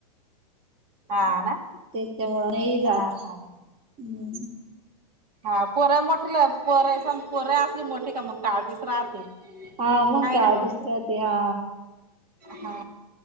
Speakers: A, on the right (about 75°); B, on the right (about 25°).
A: हा ना
B: त्याच्यामुळ नाही जात,
A: हा हा
B: हम्.
A: हा, पोर मोठी पोर स पोर असली मोठी का मग, काळजीच राहते.
B: हा, मग
A: आहे
B: काय
A: ना
B: दुसर ते हा.
A: हा